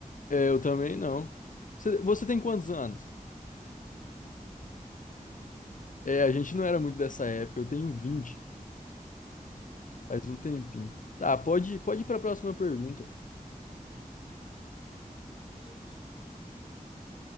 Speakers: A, on the left; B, on the left.
A: É, eu também não. Você, você tem quantos anos?
B: Eu tenho 25.
A: É, a gente não era muito dessa época, eu tenho 20.
B: Ok,
A: Faz um tempinho. Tá, pode, pode ir para a próxima pergunta.
B: vamos lá. Eu sou,